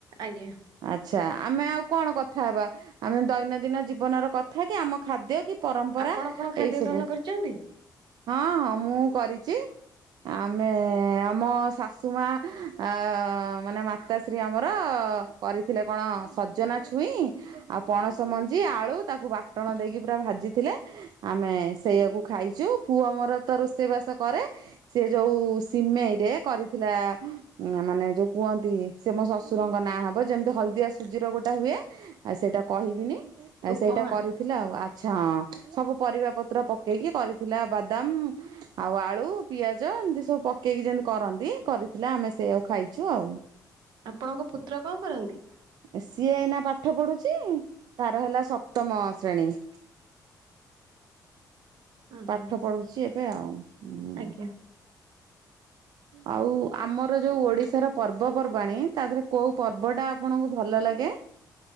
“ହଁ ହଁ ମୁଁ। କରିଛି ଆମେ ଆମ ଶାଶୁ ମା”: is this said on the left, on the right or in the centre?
Right